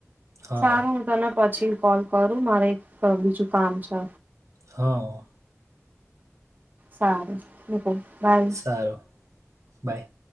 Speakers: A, on the right; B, on the right.
A: હં
B: સારું હું તને. પછી કોલ કરું મારે એક બીજું કામ છે.
A: હા.
B: સારું. હ બાય.
A: સારું બાય.